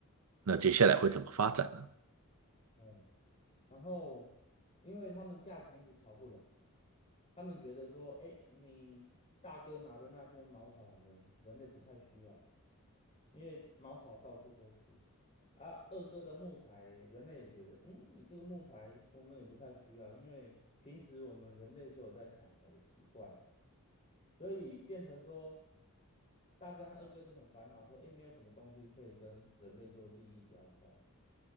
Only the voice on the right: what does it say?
那接下来会怎么发展呢？